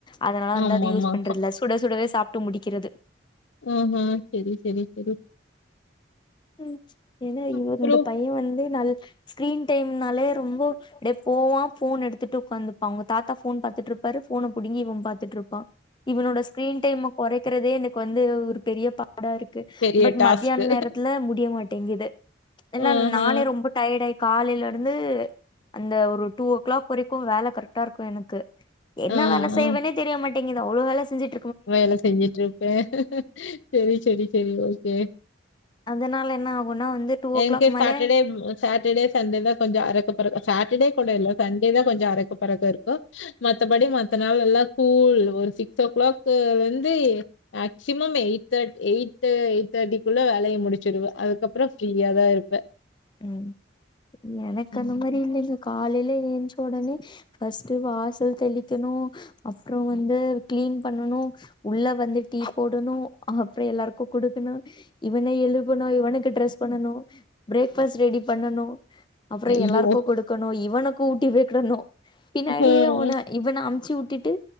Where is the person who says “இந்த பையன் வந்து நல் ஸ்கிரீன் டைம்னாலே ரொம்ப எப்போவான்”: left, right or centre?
Left